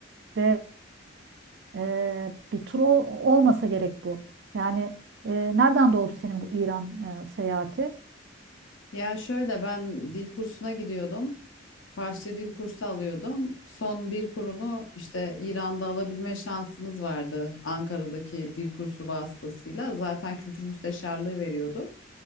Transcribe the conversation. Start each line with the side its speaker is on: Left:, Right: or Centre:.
Right: ve ee, bir tur ol- olmasa gerek bu. Yani e, nereden doğdu senin bu İran e, seyahati?
Left: Ya şöyle ben dil kursuna gidiyordum. Farsça dil kursu alıyordum. Son bir kurunu işte İran'da alabilme şansımız vardı Ankara'daki dil kursu vasıtasıyla. Zaten kültür müsteşarlığı veriyordu.